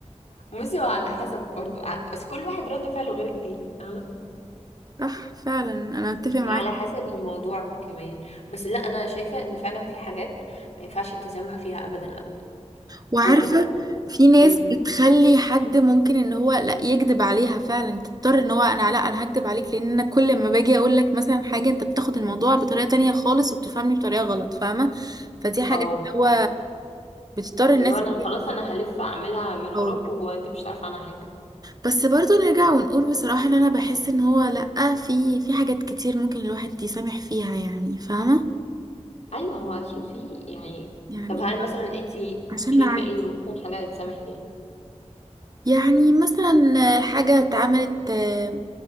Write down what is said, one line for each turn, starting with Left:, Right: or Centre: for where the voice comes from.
Left: بصي هو على حسب برضو ع- بس كل واحد رد فعله غير التاني فاهمة
Right: صح فعلا انا اتفق معاك
Left: وعلى حسب الموضوع كمان بس لا انا شايفة ان فعلا في حاجات ما ينفعش التسامح فيها ابدا ابدا
Right: وعارفة
Left: وب...
Right: في ناس
Left: أمم،
Right: بتخلي حد ممكن ان هو لا يكذب عليها فعلا تضطر ان هو انا لا انا هكذب عليك لان انا كل ما باجي اقول لك مثلا حاجة انت بتاخد الموضوع بطريقة تانية خالص وبتفهمني بطريقة غلط فاهمة فدي حاجة
Left: او
Right: اللي هو بتضطر الناس
Left: اللي هو انا
Right: إن هي
Left: خلاص انا هلف اعملها من
Right: تتفاوض.
Left: وراك وانت مش هتعرف عنها حاجة
Right: بس برضه نرجع ونقول بصراحة ان انا بحس ان هو لا في في حاجات كتير ممكن الواحد يسامح فيها يعني فاهمة
Left: ايوه هو اكيد في يعني
Right: يعني
Left: طب هل مثلا انت
Right: عشان
Left: شايفة
Right: نعدي
Left: ايه اللي ممكن حاجة يتسامح فيها
Right: يعني مثلا حاجة اتعملت آه،